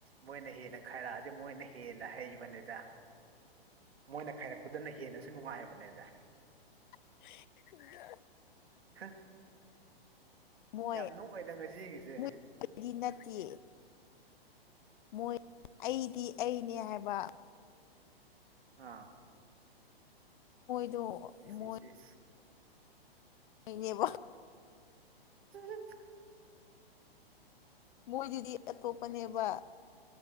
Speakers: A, on the right (about 75°); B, on the left (about 50°).
A: ꯃꯣꯏꯅ ꯍꯦꯟꯅ ꯈꯥꯏꯔꯛꯑꯗꯤ ꯃꯣꯏꯅ ꯍꯦꯟꯅ ꯍꯩꯕꯅꯤꯗ ꯃꯣꯏꯅ ꯈꯥꯏꯔꯛꯄꯗꯨꯅ ꯍꯦꯟꯅꯁꯨ ꯅꯨꯡꯉꯥꯏꯑꯕꯅꯦꯗ
B: ꯎ
A: ꯍꯥ
B: ꯃꯣꯏ
A: ꯌꯥꯝ ꯅꯣꯛꯑꯦꯗ ꯉꯁꯤꯒꯤꯁꯦ
B: ꯃꯣꯏꯗꯤ ꯅꯠꯇꯦ ꯃꯣꯏ ꯑꯩꯗꯤ ꯑꯩꯅꯦ ꯍꯥꯏꯕ
A: ꯑꯥ
B: ꯗꯣ ꯃꯣꯏ
A: ꯏꯁ ꯏꯁ ꯏꯁ
B: ꯑꯅꯦꯕ
A: ꯎꯝ
B: ꯃꯣꯏꯗꯨꯗꯤ ꯑꯇꯣꯞꯄꯅꯦꯕ